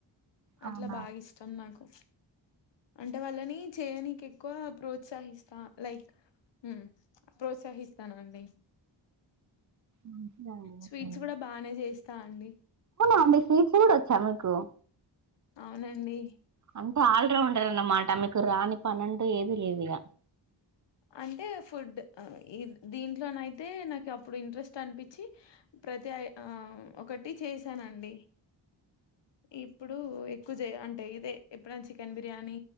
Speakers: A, on the right (about 40°); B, on the left (about 65°).
A: అవునా
B: అట్లా బాగా ఇష్టం నాకు అంటే వాళ్ళని చేయనీకి ఎక్కువ ప్రోత్సహిస్తా లైక్ ఉ ప్రోత్సహిస్తానండి
A: మంచిదండి
B: స్వీట్స్
A: అసలు
B: కూడా బానే చేస్తా అండి
A: అమీ స్వీట్స్ కూడా వచ్చా మీకు
B: అవునండి
A: అంటే ఆల్రౌండర్ అన్నమాట మీకు రాని పనంటూ ఏది లేదు ఇగ
B: అంటే ఫుడ్ దీంట్లోన అయితే నాకు అప్పుడు ఇంట్రెస్ట్ అనిపించి ప్రత్య ఆ ఒకటి చేశానండి ఇప్పుడు ఎక్కువ చేయ అంటే ఇదే ఎప్పుడన్న చికెన్ బిర్యానీ